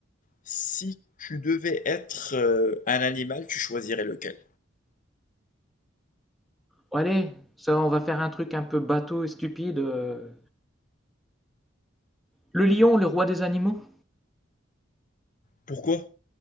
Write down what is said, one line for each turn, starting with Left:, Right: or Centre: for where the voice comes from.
Left: si tu devais être euh, un animal, tu choisirais lequel?
Centre: Bon, allez, ça, on va faire un truc un peu bateau et stupide. euh. Le lion, le roi des animaux.
Left: Pourquoi?